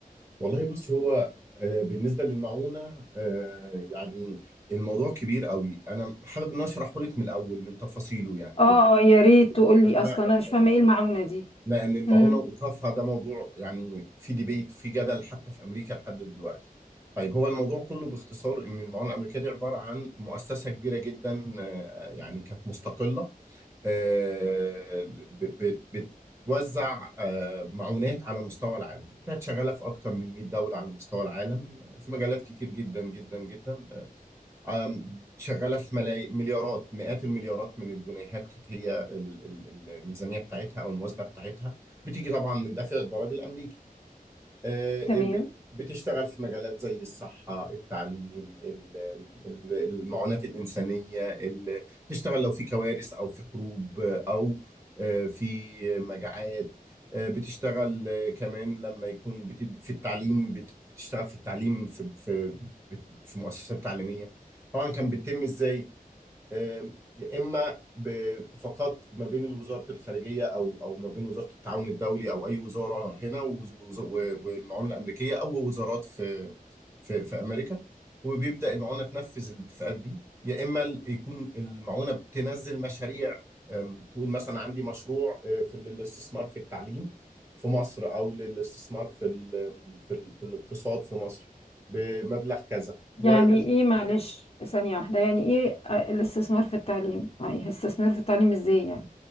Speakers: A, on the right (about 15°); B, on the left (about 40°).
A: والله بص هو آه، بالنسبة للمعونة آه، يعني الموضوع كبير قوي أنا حابب إن أشرحه لك من الأول من تفاصيله يعني بت-
B: اه يا ريت
A: عشان تبقي
B: تقولي
A: فاهمة
B: اصلا
A: أكتر.
B: انا مش فاهمه ايه المعونه دي
A: لأن المعونة
B: امم
A: وإيقافها ده موضوع يعني في ديبيت في جدل حتى في أمريكا لحد دلوقتي طيب هو الموضوع كله باختصار إن المعونة الأمريكية دي عبارة عن مؤسسة كبيرة جدا آه، يعني كانت مستقلة آه، ب- ب- بتوزع آه، معونات على مستوى العالم كانت شغالة في أكتر من 100 دولة على مستوى العالم في مجالات كتير جدا جدا جدا آم، شغالة في ملاي... مليارات مئات المليارات من الجنيهات كانت هي ال- ال- الميزانية بتاعتها أو الموازنة بتاعتها بتيجي طبعا من دافع الضرائب الأمريكي آه،
B: تمام
A: بت- بتشتغل في مجالات زي الصحة التعليم ال- ال- المعونات الإنسانية ال- بتشتغل لو في كوارث أو في حروب آه، أو آه، في مجاعات آه، بتشتغل آه، كمان لما يكون بتد... في التعليم بت- بتشتغل في التعليم في في بت- في مؤسسات تعليمية طبعا كان بيتم ازاي آم، يا اما باتفاقات ما بين وزاره الخارجيه او او ما بين وزاره التعاون الدولي او اي وزاره هنا ووز- ووز- و- والمعونه الامريكيه او وزارات في في في امريكا وبيبدا المعونه تنفذ الاتفاقات دي يا اما ال- يكون المعونه بتنزل مشاريع آم، تقول مثلا عندي مشروع آه، في الاستثمار في التعليم في مصر او للاستثمار في ال- في ال- في الاقتصاد في مصر بمبلغ كذا و...
B: يعني ايه معلش ثانية واحدة يعني ايه آه، الاستثمار في التعليم اه إيه الاستثمار في التعليم ازاي يعني